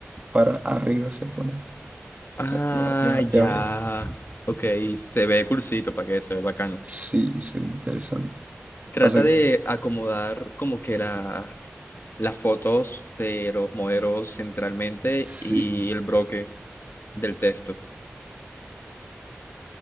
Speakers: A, on the right; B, on the left.
A: para arriba se pone.
B: Ah,
A: Ya, ya, ya, ya
B: ya.
A: ves.
B: Ok. Se ve cursito, para que se ve bacano.
A: Sí, se ve interesante.
B: Trata
A: Pasa, que-
B: de acomodar como que las, las fotos de los modelos centralmente
A: sí,
B: y el bloque del texto.